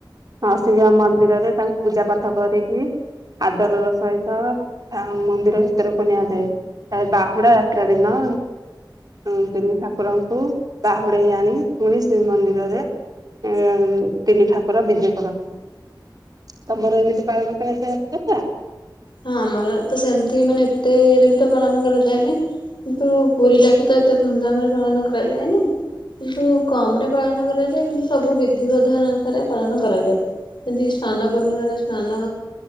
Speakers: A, on the right; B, on the left.
A: ମାଉସି ମା ମନ୍ଦିରରେ ତାଙ୍କୁ ପୂଜା ପାଠ କରିକି ଆଦର ର ସହିତ ଥା ମନ୍ଦିର ଭିତରକୁ ନିଆଯାଏ। ଆ ଏ ବାହୁଡା ଯାତ୍ରା ଦିନ ଆଉ ତିନି ଠାକୁରଙ୍କୁ ବାହୁଡେଇ ଆଣି ପୁଣି ଶ୍ରୀମନ୍ଦିରରେ ଏ ଆ ତିନି ଠାକୁର ବିଜେ କରନ୍ତି। ତମର ଏମିତି ପାଳନ କରାଯାଏ ରଥଯାତ୍ରା?
B: ହଁ ଆମର ତ ସେମିତି ମାନେ ଏତେ ଇଏରେ ବି ତ ପାଳନ କରାଯାଏନି। କିନ୍ତୁ ପୁରୀ ଲାଖେ ତ ଏତେ ଧୁମଧାମ୍ ରେ ପାଳନ କରାଯାଏନି। କିନ୍ତୁ କମ୍ ରେ ପାଳନ କରାଯାଏ କିନ୍ତୁ ସବୁ ବିଧି ବଧାନ ଥରେ ପାଳନ କରାଯାଏ ଯେମିତି ସ୍ନାନ ପୂର୍ଣ୍ଣିମାରେ ସ୍ନାନ